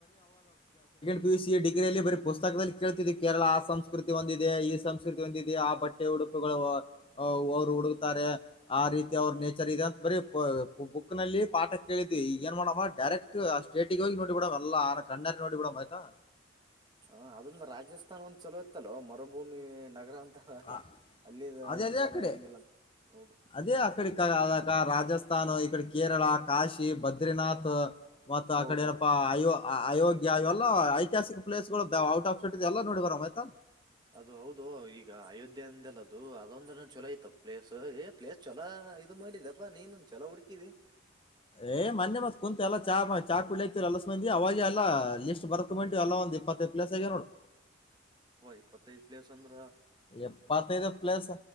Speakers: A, on the left; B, on the right.
A: ಪಿಯುಸಿ ಡಿಗ್ರಿಲ್ಲಿ ಬರೀ ಪುಸ್ತಕದಲ್ಲಿ ಕೇಳ್ತಿದವಿ ಕೇರಳ ಆ ಸಂಸ್ಕೃತಿ ಒಂದಿದೆ ಈ ಸಂಸ್ಕೃತಿ ಒಂದಿದೆ ಆ ಬಟ್ಟೆ ಉಡುಪುಗಳು ಅವ್ರು
B: ಹ್ಮ್
A: ಹುಡುಕ್ತಾರೆ ಆ ರೀತಿ
B: ಹೌದೌದು
A: ಅವ್ರ ನೇಚರ್ ಇದೆ ಅಂತ ಬರೀ ಬುಕ್ ನಲ್ಲಿ ಪಾಠ ಕೇಳಿದ್ವಿ ಈ ಏನ್ ಮಾಡವ ಡೈರೆಕ್ಟ್ ಆ ಸ್ಟೇಟಗ ಹೋಗಿ ನೋಡಿ ಬಿಡದ ಎಲ್ಲಾ ಆ ಕಣ್ಣರಿ ನೋಡಿಬ ಬಿಡವ ಆಯ್ತಾ
B: ಹ ಅದೊಂದು ರಾಜಸ್ಥಾನ ಒಂದ್ ಚಲೋ ಇತ್ತಲ್ವಾ ಮರುಭೂಮಿ ನಗರ ಅಂತ
A: ಹ
B: ಅಲ್ಲಿದ
A: ಅದೇ
B: ಹೆಂಗದ
A: ಅದೇ ಆಕಡೆ
B: ಹೆಂಗಿಲ್ಲ ಅಂತ ಹೌದು
A: ಅದೇ ಆಕಡೆ ಅದ ರಾಜಸ್ಥಾನು ಈಕಡೆ ಕೇರಳ ಕಾಶಿ ಬದ್ರಿನಾಥ್ ಮತ್ತತ್ ಆ
B: ಹೌದೌದು
A: ಕಡೆ ಏನಪ್ಪಾ ಆಯೋ ಅಯೋಗ್ಯ ಇವೆಲ್ಲ ಐತಿಹಾಸಿಕ ಪ್ಲೇಸ್ ಗಳು ಔಟ್ ಆಫ್ ಸ್ಟಿ ಎಲ್ಲ ನೋಡಿ ಬರಮ ಆಯ್ತಾ.
B: ಅದು ಹೌದು ಈಗ ಅಯೋಧ್ಯೆ ಅಂದಲ ಅದು ಅದೊಂದ ಚಲೋ ಇತ್ತು ಪ್ಲೇಸ್ ಏ ಪ್ಲೇಸ್ ಚಲೋ ಇದು ಮಾಡಿದಪ್ಪಾ ನೀನ್ೊಂದ ಚಲೋ ಹುಡುಕಿದಿ
A: ಏ್ ಮೊನ್ನೆ ಮತ್ ಕುಂತ ಎಲ್ಲ ಚಾ ಚಾ ಕುಡ್ಲತಿ ಎಲ್ಲಂದಿ ಅವಾಗೆ ಎಲ್ಲಾ ಲಿಸ್ಟ್ ಬರ್ಕ ಬಿಟು ಎಲ್ಲಾ ಒಂದ ಇಪ್ಪತ್ತೈ ಪ್ಲೇಸ್ ಆಗಿ ನೋಡು
B: ಇಪ್ಪತ್ತೈದು ಪ್ಲೇಸ್ ಅ್ರ
A: ಎಪ್ಪತ್ತೈದು ಪ್ಲಸ್